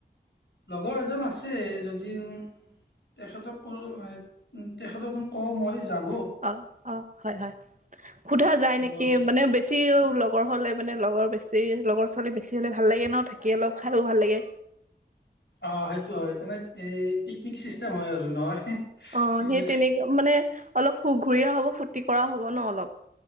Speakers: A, on the left; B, on the right.
A: লগৰ এজন আছে যদি উম তেখেতক কলো হৈ তেখেতক কওঁ মই যাম।
B: অ', অ, হয় হয় সোধা যায়
A: লগত
B: নেকি
A: য-
B: মানে বেছি? লগৰ হলে মানে লগৰ বেছি লগৰ ছোৱালী বেছি হ'লে ভাল লাগে ন থাকি অলপ খাইও ভাল লাগে।
A: অ' সেইটো হয় তমানে এই পিকনিক চিষ্টেম হয় আৰু নহয়?
B: অ'
A: কি বুলি
B: সেই তেনেকে মানে অলপ সুখ ঘুৰি আহো ফূৰ্তি কৰাও হ'ব ন অলপ